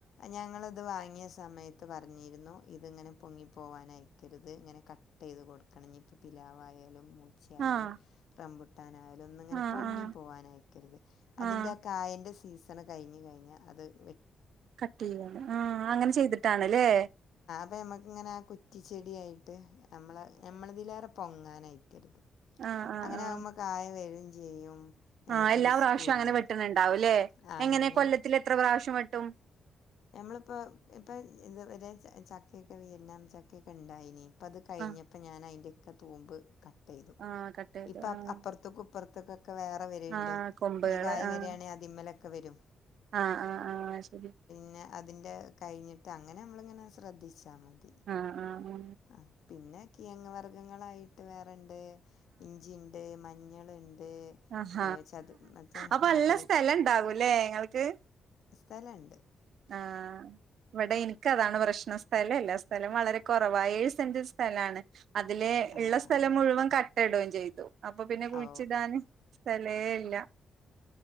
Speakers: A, on the left; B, on the right.
A: ഞങ്ങള്ത് വാങ്ങിയ സമയത്ത് പറഞ്ഞിരിന്നു ഇതിങ്ങനെ പൊങ്ങിപ്പോവാന ക്കരുത് ഇങ്ങനെ കട്ട് യ്ത് കൊടുക്കണം ഇന് പ്പം പിലാവായാലും മൂച്ചിയാലും
B: ആഹ് ആഹ്
A: റമ്പു ട്ടാനായാലും ഇങ്ങനെ
B: ആഹ്
A: പൊങ്ങി
B: ആഹ്
A: പോവാ നയക്കരുത് അതിന്റെ
B: ആഹ്
A: ആ കായന്റ സീസണ്കയി ഞ്ഞ് കയി ഞ്ഞ അത് വെ
B: കട്ട് ചെയ്യുവാണ് ആ അങ്ങനെ ചെയ്തിട്ടണല്ലേ
A: അപ്പോം നമുക്കിങ്ങനെ ആ കുറ്റിച്ചെടിയായി ട്ട് നമ്മള നമ്മള ഇതിലേറെ പൊ ഞാൻ അയക്കരുത്
B: ആ ആഹ്
A: അങ്ങനെ
B: ആ
A: ആകുമ്പോ കായ വരും ചെയ്യും ഞമ്മക്ക്
B: ആ എല്ലാ
A: റിസ്കും
B: പ്രാഷോം
A: ഇല്ല
B: അങ്ങനെ വെട്ടുന്നുണ്ടാവുംല്ലെ
A: ആ, അങ്ങനെ
B: എങ്ങനെ
A: ഞ
B: കൊല്ലത്തി ത്ര പ്രാശ്യം വെട്ടും
A: ഞമ്മളിപ്പോ ഇപ്പൊ ഇതു വരെ ചക്കെക്കെ വിരണം ചക്കൊക്കെ ഇണ്ടായിന അപ്പം അത് കഴിഞ്ഞപ്പോൾ
B: ആഹ്
A: ഞാൻ അതി്ന്റെ ക്കെ തൂമ്പ് ക ട്ടേയ്തു
B: ആഹ് കട്ട് ചെയ്ത്
A: പ്പ
B: ആഹ്
A: അപ്പുറത്തക്കും ഇപ്പർത്തിക്കും അക്ക <unintelligible> ക്ക് വേറെ വെര്ണ്ട്
B: ആഹ് കൊമ്പുകള്
A: ഇനി കായ്
B: ആഹ്
A: വരിയാണെ അതിൽമേല ഒക്കെ വെരും
B: ആഹ് ആഹ് ആഹ് ശരി
A: പിന്നെ അതിന്റെ കഴിഞ്ഞിട്ട് അങ്ങനെ നമ്മളിങ്ങനെ ശ്രദ്ധിച്ചു മതി
B: ആഹ് ആഹ്
A: ആ പിന്നെ കിയങ് വർഗ്ഗങ്ങളായിട്ട് വേറെണ്ട് ഇഞ്ചി ണ്ട് മഞ്ഞ മഞ്ഞളുണ്ട്
B: ആഹ
A: ഏ, ചതു മറ്റേ
B: അപ്പൊ നല്ല
A: മധുര
B: സ്ഥല ഉണ്ടാകൂല്ലേ ങ്ങൾക്ക്?
A: സ്ഥലണ്ട്
B: ആ ഇവിടെ എനിക്ക് അതാണ് പ്രശ്ന സ്ഥലം അല്ല സ്ഥലം വളരെ കുറവ ഏഴു സെന്റ് സ്ഥലമാണ് അതില്
A: ആ
B: ഉള്ള സ്ഥലം മുഴുവൻ ക ട്ടുകയും ചെയ്തു. അപ്പൊ പിന്നെ കുഴിച്ചിടാന്
A: ഓ
B: സ്ഥലേ ഇല്ല